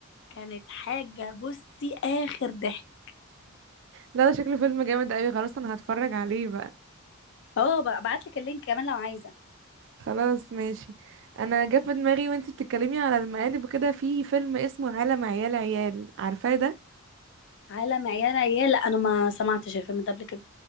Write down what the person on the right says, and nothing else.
لا ده شكله فيلم جامد قوي خلاص انا هتفرج عليه بقى
خلاص ماشي انا جه في دماغي وانتي بتتكلمي على المقالب كده في فيلم اسمه عالم عيال عيال عارفاه ده